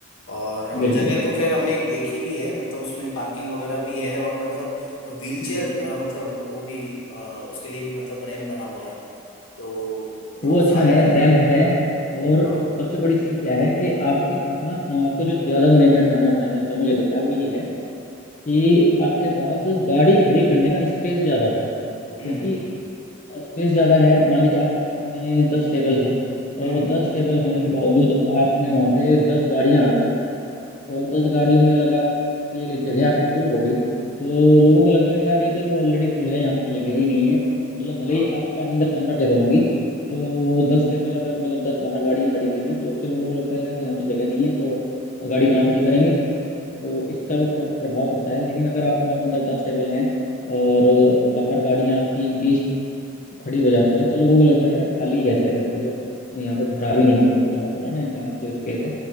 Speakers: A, on the left (about 75°); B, on the left (about 35°).
A: और हम
B: बिल्कुल
A: जगह
B: बिल्कुल
A: तो खैर हमने एक देखी भी है मतलब उसमें पार्किंग वगैरह भी है और मतलब व्हीलचेयर
B: हम्म।
A: मतलब वो भी अ, उसके लिए भी मतलब रैंप बना हुआ है तो मतलब
B: वो अच्छा
A: सारे
B: है
A: तरीके
B: रैंप है और
A: हाँ हाँ
B: सबसे बड़ी चीज़ क्या है कि आपके पास ना अ, आपको जो ज़्यादा मेजर ध्यान रखना है जहाँ तक मुझे लगता है वो ये है कि आपके पास गाड़ी खड़ी करने का स्पेस ज़्यादा हो
A: हम्म
B: क्योंकि
A: बिल्कुल
B: स्पेस ज़्यादा है मान लीजिए आपके पास में दस टेबल हैं और
A: हम्म हम्म
B: दस टेबल होने के बावजूद आपने वहाँ पे दस गाड़ियाँ आ गई और दस गाड़ियों में लगा के जगह आपकी फुल हो गई तो
A: हम्म,
B: लोगों को लगता है यार ये तो ऑलरेडी फुल है यहाँ पे तो जगह ही नहीं है मतलब भले
A: हाँ
B: ही आपके पास अंदर पंद्रह टेबल होंगी तो दस टेबल अगर मतलब दस बाहर गाड़ियाँ खड़ी हुई हैं तो उससे लोगों को लगता है यार यहाँ तो जगह नहीं है तो गाड़ी कहाँ खड़ी करेंगे तो इसका भी प्र- प्रभाव पड़ता है लेकिन अगर आपके पास अंदर दस टेबल हैं और बाहर गाड़ियाँ आपकी बीस खड़ी हो जाती हैं तो लोगों को लगता है यार खाली ही है शायद अभी तो यहाँ पे भरा भी नहीं है पूरा का पूरा ना इनका जो स्पेस है